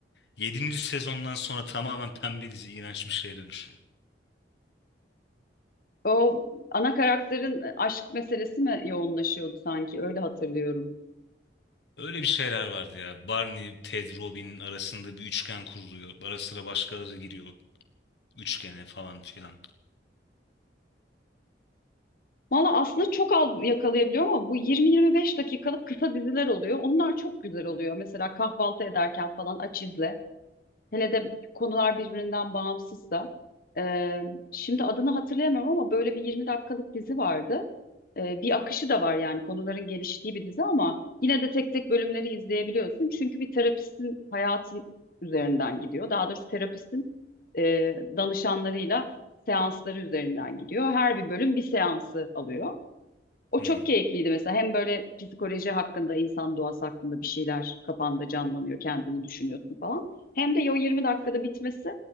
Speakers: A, on the left; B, on the left.
A: yedinci sezondan sonra tamamen pembe dizi iğrenç bir şeye dönüşüyor.
B: O ana karakterin e, aşk meselesi mi yoğunlaşıyordu sanki? Öyle hatırlıyorum.
A: Öyle bir şeyler vardı ya. Barney, Ted, Robin arasında bir üçgen kuruluyor. Ara sıra başkaları giriyor üçgene falan filan.
B: Valla aslında çok az yakalayabiliyorum ama bu 20-25 dakikalık kısa diziler oluyor. Onlar çok güzel oluyor. Mesela kahvaltı ederken falan aç izle. Hele de konular birbirinden bağımsızsa. Ee, şimdi adını hatırlayamıyorum ama böyle bir 20 dakikalık dizi vardı. Ee, bir akışı da var yani konuların geliştiği bir dizi ama yine de tek tek bölümleri izleyebiliyorsun. Çünkü bir terapistin hayatı üzerinden gidiyor. Daha doğrusu terapistin e, danışanlarıyla seansları üzerinden gidiyor. Her bir bölüm bir seansı alıyor. O
A: Hmm,
B: çok keyifliydi mesela. Hem böyle psikoloji hakkında, insan doğası hakkında bir şeyler kafanda canlanıyor, kendini düşünüyorsun falan. Hem de o 20 dakikada bitmesi